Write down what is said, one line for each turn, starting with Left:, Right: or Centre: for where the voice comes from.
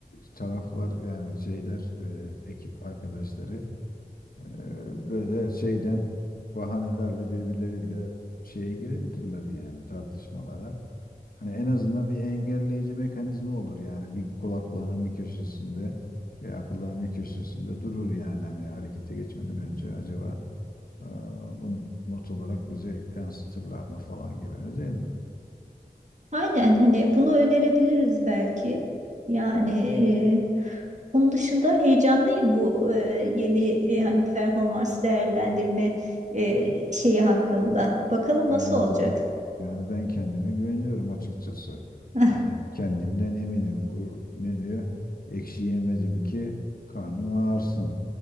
Left: taraflar yani şeyler e, ekip arkadaşları e, böyle şeyden bahanelerle birbirleriyle şeye girebilirler yani tartışmalara. Hani en azından bir engelleyici mekanizma olur yani bir kulaklarının bir köşesinde veya akıllarının bir köşesinde durur yani hani harekete geçmeden önce acaba e, bunu not olarak bize yansıtırlar mı falan gibi öyle değil mi?
Right: Aynen hani bunu önerebiliriz belki. Yani e, onun dışında heyecanlıyım bu e, yeni e, hani performans değerlendirme e, şeyi hakkında. Bakalım
Left: Yani
Right: nasıl olacak.
Left: yani ben kendime güveniyorum açıkçası.
Right: <laughs>
Left: Yani kendimden eminim. O ne diyor? Ekşi yemedim ki karnım ağırsın